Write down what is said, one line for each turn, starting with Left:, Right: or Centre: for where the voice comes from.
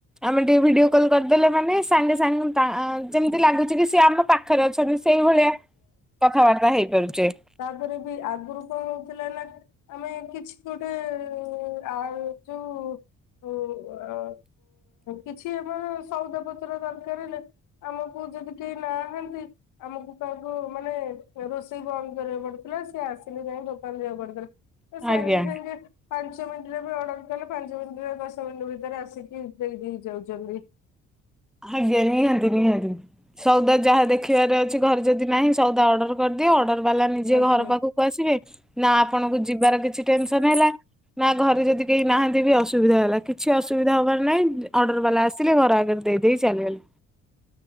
Centre: ଆମେ ଟିକେ ଭିଡିଓ କଲ୍ କରିଦେଲେ ମାନେ ସାଙ୍ଗେ ସାଙ୍ଗେ ଯେମିତି ଲାଗୁଚିକି ସେ ଆମ ପାଖରେ ଅଛନ୍ତି ସେଇ ଭଳିଆ କଥାବାର୍ତ୍ତା ହେଇପାରୁଛେ।
Left: ତାପରେବି ଆଗରୁ କଣ ହଉଥିଲାନା ଆମେ କିଛି ଗୋଟେ ଆଉ ଯୋଉ ଓ ଉ ଅ କିଛି ଆମର ସଉଦାପତ୍ର ଦରକାର୍ ଲେ ଆମକୁ ଯଦି କେହି ନାହାନ୍ତି ଆମକୁ କାହାକୁ ମାନେ ରୋଷେଇ ବନ୍ଦ କରିବାକୁ ପଡ଼ୁଥିଲା ସେଆସିଲେ ଯାଇ ଦୋକାନ ଯିବାକୁ ପଡ଼ୁଥିଲା ତସାଙ୍ଗେ
Centre: ଆଜ୍ଞା।
Left: ସାଙ୍ଗେ ପାଞ୍ଚ ମିନିଟରେବି ଅର୍ଡର କଲେ ପାଞ୍ଚ ମିନିଟରେ ଦଶ ମିନିଟ୍ ଭିତରେ ଆସିକି ଦେଇଦେଇ ଯାଉଚନ୍ତି।
Centre: ଆଜ୍ଞା ନିହାତି ନିହାତି ସଉଦା ଯାହା ଦେଖିବାର ଅଛି ଘରେ ଯଦି ନାହିଁ ସଉଦା ଅର୍ଡର କରିଦିଅ ଅର୍ଡର ବାଲା ନିଜେ
Left: ଆଜ୍ଞା
Centre: ଘର ପାଖକୁ ଆସିବେ ନା ଆପଣଙ୍କୁ ଯିବାର କିଛି ଟେନସନ୍ ହେଲା। ନା ଘରେ ଯଦି କେହି ନାହାନ୍ତିବି ଅସୁବିଧା ହେଲା କିଛି ଅସୁବିଧା ହବାର ନାହିଁ ଅର୍ଡର ବାଲା ଆସିଲେ ଘର ଆଗରେ ଦେଇ ଦେଇ ଚାଲିଗଲେ।